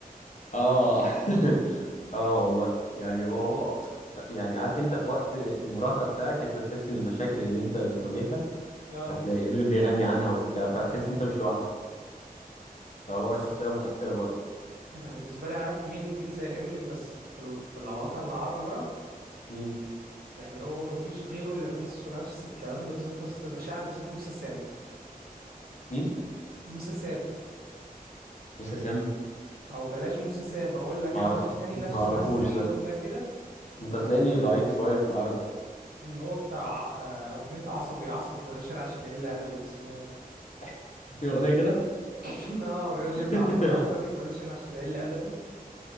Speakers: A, on the left; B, on the right.
A: اه <laughs> اه والله يعني هو يعني عارف انت في وقت المراهقه بتاعك انت تحس ان المشاكل اللي انت بتواجهها
B: اه
A: هتلاقي امينيم بيغني عنها وبتاع فهتحس ان انت مش لوحدك فهو
B: بس
A: شخصيه مؤثره برضه
B: انا بالنسبه لي عارف مين مين زي امينيم بس في ال- في الوطن العربي بقى
A: مين
B: يعني هو مفيش غيره اللي بحسه نفس الكلام ده بالظبط نفس مشاعري بالظبط موسى سام
A: مين
B: موسى سام
A: موسى سام
B: او بلاش موسى سام هقول لك
A: ما
B: انا
A: اعرفوش
B: واحد تاني نفس
A: ما اعرفوش
B: نفس اللون
A: ده
B: ده كده
A: انت هتلاقيني
B: آه
A: ضعيف شويه في العربي
B: اللي هو بتاع آه اغنيه عصبي عصبي بلاش انا عشان اقل ادبي ده اسمه
A: <laughs> في اغنيه كده
B: <laughs> اه بيقول
A: <laughs>
B: لك عصبي عصبي بلاش انا عشان اقل ادبي